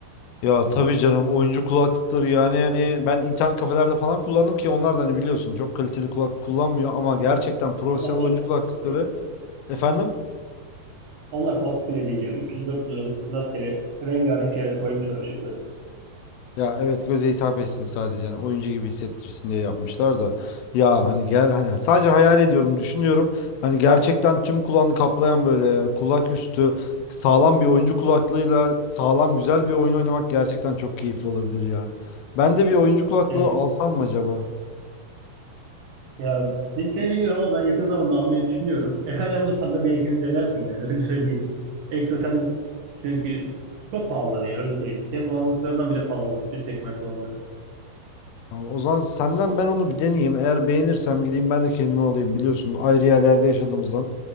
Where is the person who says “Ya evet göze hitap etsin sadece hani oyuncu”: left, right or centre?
Left